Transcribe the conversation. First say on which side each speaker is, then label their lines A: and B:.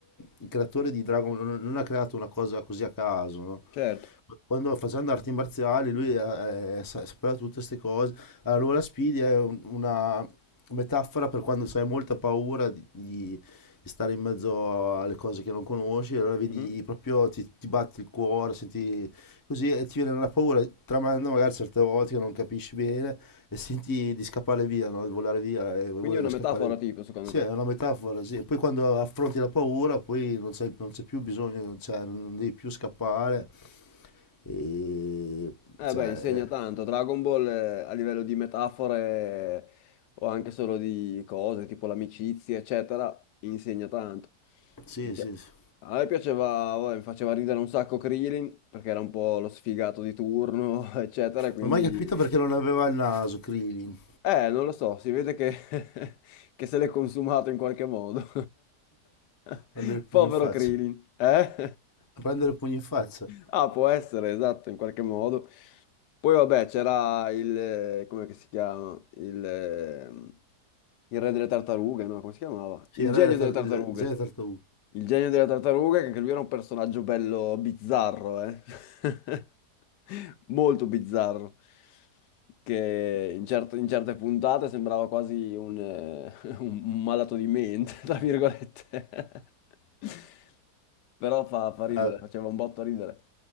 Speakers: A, on the left (about 20°); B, on the left (about 85°).
A: il creatore di Dragon Ball non, non ha creato una cosa così a caso, no?
B: certo.
A: Quando facendo arti marziali lui eh, eh, sa- sapeva tutte queste cose. Allora Speedy è un- una metafora per quando hai molta paura di, di- di stare in mezzo alle cose che non conosci, allora vedi
B: Mhm.
A: proprio ti, ti batti il cuore, senti Così eh, ti viene una paura tremenda, magari certe volte che non capisci bene e senti di scappare via, no? Di volare via e vuoi
B: Quindi è una metafora
A: scappare via.
B: tipo, secondo
A: Sì,
B: te?
A: è una metafora, sì. E poi quando affronti la paura, poi non c'è, non c'è più bisogno, cioè non devi più scappare. E...
B: Eh
A: Cioè,
B: beh, insegna tanto. Dragon Ball eh, a livello di metafore eh, o anche solo di cose tipo l'amicizia, eccetera, insegna tanto.
A: eh, sì,
B: Dice-
A: sì, sì.
B: a me piaceva, vabbè, mi faceva ridere un sacco Krillin perché era un po' lo sfigato di turno, <laughs> eccetera, e quindi...
A: Non ho mai capito perché non aveva il naso, Krillin.
B: Eh, non lo so, si vede che, <laughs> che se l'è consumato in qualche modo. <laughs>
A: Prendere il pugno
B: Povero
A: in faccia.
B: Krillin, eh?
A: A prendere il pugno in faccia.
B: Ah, può essere, esatto, in qualche modo. Poi vabbè, c'era il... eh, come che si chiama? Il, ehm, il re delle tartarughe, no? Come si chiamava?
A: Sì,
B: Il
A: era
B: genio
A: della tar-
B: delle tartarughe.
A: il genere tartaruga.
B: Il genio delle tartarughe, che anche lui era un personaggio bello bizzarro, eh? <laughs> Molto bizzarro. Che in, certe in certe puntate sembrava quasi un, eh, <laughs> un malato di mente, tra virgolette. <laughs> Però fa fa ridere,
A: Eh,
B: faceva un botto ridere.